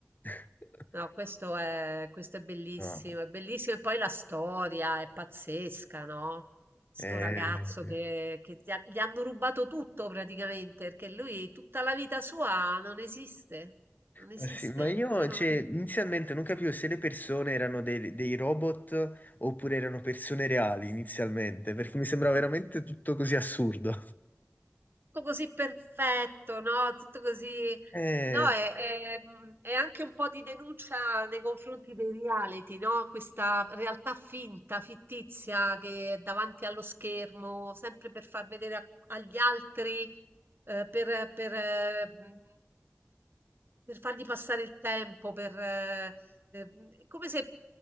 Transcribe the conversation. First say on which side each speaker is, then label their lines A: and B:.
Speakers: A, on the left; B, on the right.
A: <laughs>
B: No, questo è, questo è bellissimo,
A: No,
B: è bellissimo e poi la storia è pazzesca, no? Sto
A: eh,
B: ragazzo che, che gli, ha- gli hanno rubato tutto praticamente, perché lui tutta la vita sua non esiste, non esiste.
A: Ah, sì, ma io,
B: Lui non
A: cioè,
B: ha-
A: inizialmente non capivo se le persone erano dei, dei robot oppure erano persone reali inizialmente, perché mi sembrava veramente tutto così assurdo.
B: Tutto così perfetto, no? Tutto così...
A: Eh,
B: No, è, è, mm, è anche un po' di denuncia nei confronti dei reality, no? Questa realtà finta, fittizia che è davanti allo schermo, sempre per far vedere a- agli altri, eh, per, per, eh, mm, per fargli passare il tempo, per, eh, eh, come se